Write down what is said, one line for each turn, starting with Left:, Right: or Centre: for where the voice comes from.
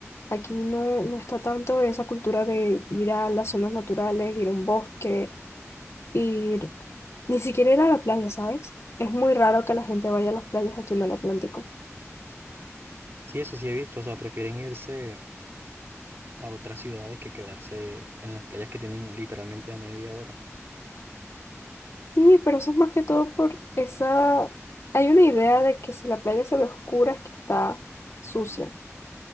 Left: Aquí no, no está tanto esa cultura de ir a las zonas naturales, ir a un bosque, ir ni siquiera ir a la playa, ¿sabes? Es muy raro que la gente vaya a las playas aquí en el Atlántico.
Right: Sí, eso sí he visto, o sea, prefieren irse. a otras ciudades que quedarse en las playas que tienen literalmente a media hora.
Left: Sí, pero eso es más que todo por esa... Hay una idea de que si la playa se ve oscura es que está sucia.